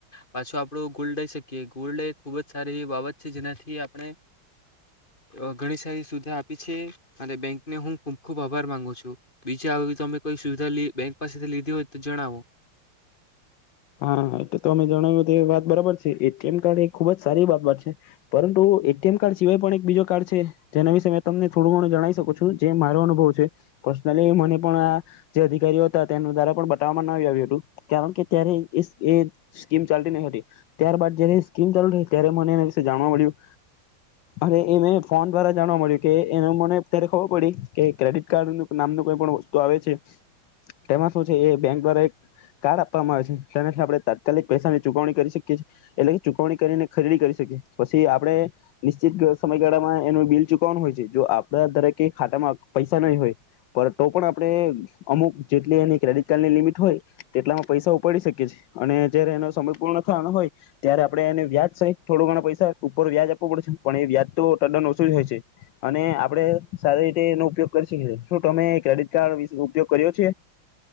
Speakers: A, on the left; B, on the left.
A: પાછો આપડો ગોલ્ડસ લઈ શકીએ. ગોલ્ડ એ ખુબ જ સારી એ બાબત છે જેનાથી આપણે અ ઘણી સારી સુવિધા આપી છે અને બેંકને હું ખૂબ ખુબ આભાર માંગુ છું. બીજ તમે કોઈ સુવિધા બેંક પાસેથી લીધી હોય તો જણાવો.
B: હા એટલે તો અમે જણાવ્યું તો વાત બરાબર છે. એટીએમ કાર્ડ એ ખુબ જ સારી વાત વાત છે. પરંતુ એટીએમ કાર્ડ સિવાય પણ એક બીજો કાર્ડ છે જેના વિશે મેં તમને થોડું ઘણું જણાવી શકું છું જે મારો અનુભવ છે પર્સનલી મને પણ આ જે અધિકારીઓ હતા તેના દ્વારા પણ બતાવવામાં ના આવ્યું હતું કારણ કે ત્યારે એ એ સ્કીમ ચાલતી નહી હતી ત્યારબાદ જયારે એ સ્કીમ ચાલુ રહી ત્યારે મને એના વિશે જાણવા મળ્યું અને એ મે ફોન દ્વારા જાણવા મળ્યું કે એને મને ત્યારે ખબર પડી કે ક્રેડિટ કાર્ડ ક નામનું કોઈ પણ વસ્તુ આવે છે તેમાં શું છે એ બેંક દ્વારા એક કાર્ડ આપવામાં આવે છે. તેનાથી આપણે તાત્કાલિક પૈસાની ચૂકવણી કરી શકીએ છીએ એટલે કે ચૂકવણી કરીને ખરીદી કરી શકીએ પછી આપણે નિશ્ચિતગ સમયગાળામાં એનું બિલ ચૂકવવાનું હોય છે જો આપણા દરેકે ખાતામાં પૈસા નહીં હોય પર તો પણ આપણે અમુક જેટલી એની ક્રેડિટ કાર્ડની લિમિટ હોય તેટલામાં પૈસા ઉપાડી શક કે જ અને જયારે એનો સમય પૂર્ણ થવાનો હોય ત્યારે આપડે એને વ્યાજ સહિત થોડો ઘણા પૈસા ઉપર વ્યાજ આપવું પડે છે પણ એ વ્યાજ તો ટદન ઓછું જ હોય છે. અને આપડે સારી રીતે એનો ઉપયોગ કરી શકીએ. શું તમે ક્રેડિટ કાર્ડ વિશ ઉપયોગ કર્યો છે?